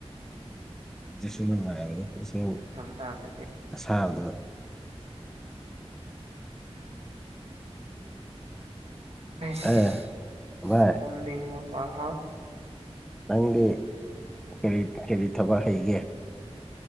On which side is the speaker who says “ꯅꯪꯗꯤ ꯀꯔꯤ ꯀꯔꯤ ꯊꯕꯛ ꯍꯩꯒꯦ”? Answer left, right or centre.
Centre